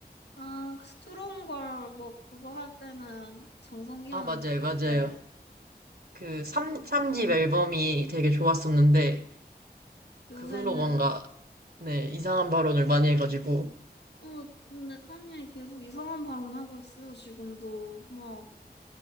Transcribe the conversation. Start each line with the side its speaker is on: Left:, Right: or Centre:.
Left: 아, 스트롱걸, 뭐, 그거 할 때는 정성이었는데,
Right: 아, 맞아요, 맞아요.
Left: 요새,
Right: 그 3, 삼집 앨범이 되게 좋았었는데
Left: 요새는
Right: 그 후로 뭔가 네, 이상한 발언을 많이 해가지고
Left: 어, 근데 칸예 계속 이상한 발언하고 있어요, 지금도. 뭐,